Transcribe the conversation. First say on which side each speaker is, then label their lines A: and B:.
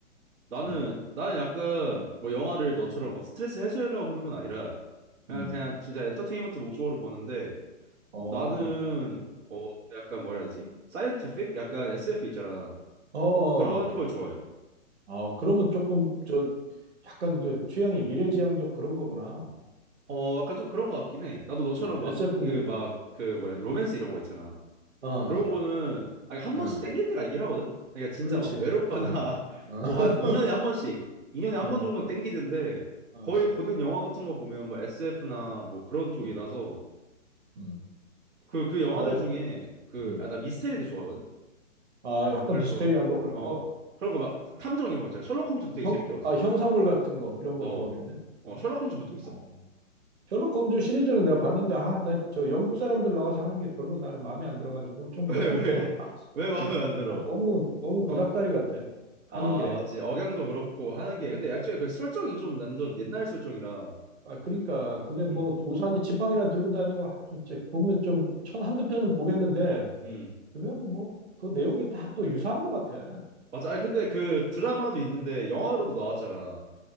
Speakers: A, on the right (about 90°); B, on the right (about 55°).
A: 나는
B: 음.
A: 나는 약간 뭐 영화를 너처럼
B: 음.
A: 막 스트레스 해소하려고 보는 건 아니라 그냥
B: 음.
A: 그냥 진짜 엔터테인먼트 목적으로 보는데
B: 어.
A: 나는 어 약간 뭐라 해야 되지? 사이언티픽? 약간 SF 있잖아.
B: 어.
A: 그런 걸 좋아해.
B: 아, 그러면 조금 저 약간 저 취향이 미래지향적 그런 거구나.
A: 어 약간 좀 그런 거 같긴 해. 나도 너처럼
B: 어,
A: 막
B: SF
A: 그
B: 무비인데.
A: 막 그 뭐야 로맨스
B: 어.
A: 이런 거 있잖아.
B: 어.
A: 그런 거는 아니, 한
B: 어.
A: 번씩 땡길 때가 있긴 하거든. 그러니까 진짜
B: 그렇지.
A: 막 외롭거나
B: 어,
A: <laughs>
B: 어,
A: 뭐
B: <laughs>
A: 한 2년에 한 번씩, 2년에 한
B: 어,
A: 번 정도는 땡기는데
B: 어,
A: 거의 보는 영화 같은 거 보면 뭐 SF나
B: 어,
A: 뭐 그런 쪽이라서
B: 어, 음.
A: 그 그 영화들
B: 그다음,
A: 중에 그
B: 음.
A: 아 나 미스테리도 좋아하거든.
B: 아, 약간
A: 그래서
B: 비스테리한 거 그런
A: 어
B: 거.
A: 그런 거 막 탐정 이런 거 있잖아. 셜록 홈즈도 되게
B: 형,
A: 재밌게 봤어.
B: 아, 형사물 같은 거 이런 거
A: 어,
B: 좋아하겠네.
A: 어
B: 그럼?
A: 셜록 홈즈 본 적 있어?
B: 어. 셜록 홈즈 시리즈는 내가 봤는데 아, 나 저 영국 사람들 나와서 하는 게 별로 나는 마음에 안 들어가지고
A: <laughs>
B: 좀
A: 왜
B: 몇
A: 왜?
B: 번 보다가 말았어.
A: 왜 마음에 안 들어?
B: 아, 너무 너무 구닥다리
A: 어.
B: 같아. 하는
A: 아,
B: 게.
A: 맞지. 억양도 그렇고 하는
B: 어.
A: 게 근데 애초에 그 설정이 좀 난전 옛날 설정이라.
B: 아, 그러니까 그게 뭐
A: 음.
B: 우산이 지팡이나 들고 다니고 아, 좀 이제 보면 좀 천 한두 편은 보겠는데
A: 음.
B: 그게 뭐 그 내용이 다 또 유사한 것 같아.
A: 맞아. 아니 근데 그 드라마도 있는데 영화로도 나왔잖아.